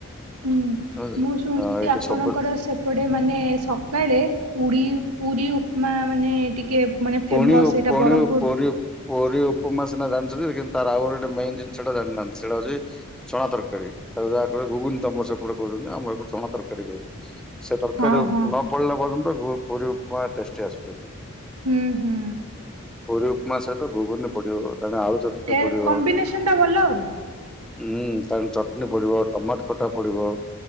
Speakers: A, on the right; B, in the centre.
A: ହୁଁ
B: ବୁଝିଲେ।
A: ମୁଁ ଶୁଣଛିି
B: ହଁ ଏଇଠି
A: ଆପଣଙ୍କର
B: ସବୁ
A: ସେ ପଟେ ମାନେ ସକାଳେ ପୁଡ଼ି ପୁରୀ ଉପମା ମାନେ ଟିକେ ମାନେ
B: ପୁଣିଓ
A: ଫେମସ୍ ସେଇଟା
B: ପୁଣିଓ
A: ବ୍ରହ୍ମପୁର
B: ପୁ <unintelligible> ପୁରୀ ଉପମା ସିନା ଜାଣିଛନ୍ତି କିନ୍ତୁ ତାର ଆଉଗୋଟେ ମେନ୍ ଜିନିଷଟା ଜାଣିନାହାନ୍ତି ସେଇଟା ହଉଛି ଚଣା ତରକାରୀ ଆକୁ ଯାହା କହିବେ ଘୁଗୁନି ତମର ସେପଟେ କହୁଛନ୍ତି ଆମର ଏପଟେ ଚଣା ତରକାରୀ କହିବେ। ସେ ତରକାରୀ
A: ହଁ
B: ରୁ ନ
A: ହଁ
B: ପଡ଼ିଲା ପର୍ଯ୍ୟନ୍ତ ପୁରୀ ଉପମା ଟେଷ୍ଟ ଆସି ପାରିବନି।
A: ହୁଁ ହୁଁ।
B: ପରି ଉପମା ସହିତ ଘୁଗୁନି ପଡ଼ିବ କାରଣ ଆଳୁ ଚକ୍ଟା
A: ଟେ
B: ପଡ଼ିବ।
A: କମ୍ବିନେସନ ଟା ଭଲ ଆଉ
B: ହୁଁ ତା ଚଟଣିୀ ପଡ଼ିବ ଟମାଟ ଖଟା ପଡ଼ିବ